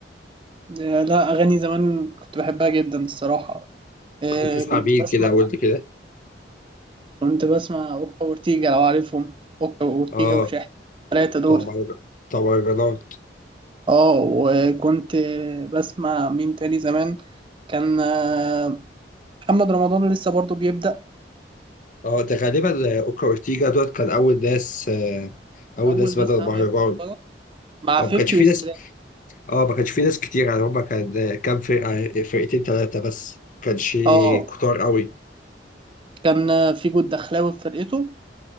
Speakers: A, on the right; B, on the left.
A: آه، لا اغاني زمان كنت بحبها جدا الصراحه آه،
B: كنت بتسمع
A: كنت
B: مين
A: بسمع
B: كده قول لي كده؟
A: كنت بسمع اوكا وورتيجا لو عارفهم اوكا وورتيجا
B: آه
A: وشاحن الثلاثه دول
B: بتوع مهرج- بتوع مهرجانات،
A: اه وكنت آه، بسمع مين تاني زمان كان آه، محمد رمضان لسه برضو بيبدأ
B: آه ده غالبا أوكا أورتيجا دوت كان أول ناس آه، أول
A: اول
B: ناس بدأ
A: ناس
B: المهرجان،
A: عملت بركات مع
B: أو
A: 50
B: ما كانش في
A: والسلام
B: ناس آه ما كانش في ناس كتير يعني هما كان كام فرقة فرقتين تلاتة بس، ما كانش
A: اه
B: كتار أوي،
A: كان آه، في جود دخلاوي في فرقته